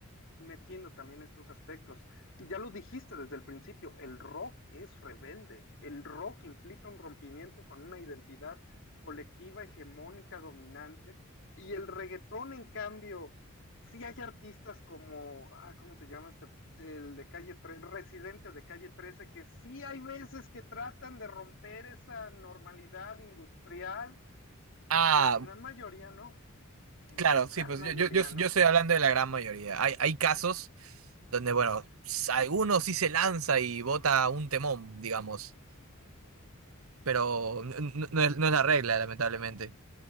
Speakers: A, on the left (about 60°); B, on the right (about 75°).
A: metiendo también estos aspectos. Y ya lo dijiste desde el principio, el rock es rebelde, el rock implica un rompimiento con una identidad colectiva, hegemónica, dominante, y el reggaetón, en cambio, sí hay artistas como, ah, ¿cómo se llama este? El de calle 13, residente de calle 13, que sí hay veces que tratan de romper esa normalidad industrial,
B: Ah,
A: pero en su gran mayoría no, en
B: Claro,
A: su gran
B: sí, pues
A: mayoría
B: yo, yo, yo,
A: no,
B: yo estoy hablando de la gran mayoría. Hay, hay casos donde, bueno, s- alguno sí se lanza y bota un temón, digamos, pero n- n- no, no es, no es la regla, lamentablemente.